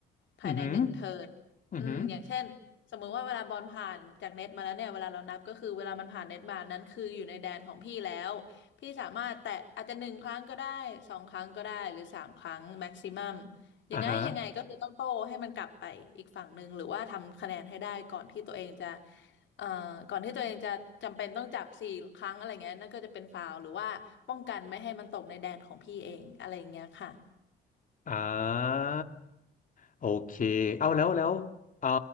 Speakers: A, on the left; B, on the left.
A: ภายในหนึ่งเทิร์น
B: อือหืออือหือ
A: อืมอย่างเช่นสมมุติว่าเวลาบอลผ่านจากเน็ตมาแล้วเนี่ยเวลาเรานับก็คือเวลามันผ่านเน็ตมานั้นคืออยู่ในแดนของพี่แล้วพี่สามารถแตะอาจจะหนึ่งครั้งก็ได้สองครั้งก็ได้หรือสามครั้งแม็กซิมัม ยังไงยังไงก็คือต้องโต้ให้มันกลับไปอีกฝั่งหนึ่งหรือว่าทำคะแนนให้ได้ก่อนที่ตัวเองจะ
B: อ่าฮะ
A: เอ่อก่อนที่ตัวเองจะจำเป็นต้องจับสี่ครั้งอะไรเงี้ยนั่นก็จะเป็นฟาวล์หรือว่าป้องกันไม่ให้มันตกในแดนของพี่เองอะไรอย่างเงี้ยค่ะ
B: อ่าโอเคเอาแล้วแล้วเออ